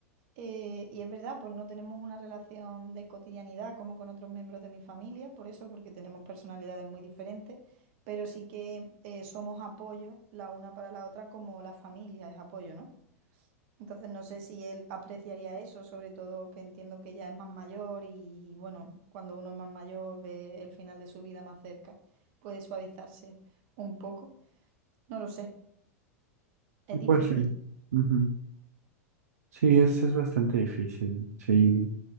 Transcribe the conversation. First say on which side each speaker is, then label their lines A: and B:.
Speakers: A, on the right; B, on the right.
A: Eh, y es verdad, pues no tenemos una relación de cotidianidad como con otros miembros de mi familia, por eso, porque tenemos personalidades muy diferentes, pero sí que eh, somos apoyo la una para la otra como la familia es apoyo, ¿no? Entonces no sé si él apreciaría eso, sobre todo que entiendo que ya es más mayor y bueno, cuando uno es más mayor ve el final de su vida más cerca, puede suavizarse un poco. No lo sé, es
B: Y
A: difícil,
B: pues sí. ujú. Sí, es, es bastante difícil, sí.